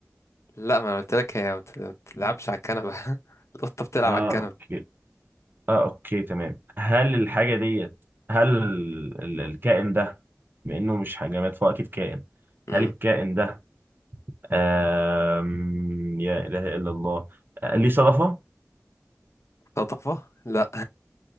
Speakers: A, on the left (about 70°); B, on the right (about 45°).
A: لا ما انا قلت لك هي ما بت- ما بتلعبش على الكنبة <laughs> القطة بتلعب
B: اه
A: على الكنبة
B: اوكي اه اوكي تمام هل الحاجة ديت هل ال- ال- الكائن ده بما انه مش جماد فهو اكيد كائن هل
A: امم
B: الكائن ده آم... يا اله الا الله آه، ليه صدفة؟
A: صدفة لا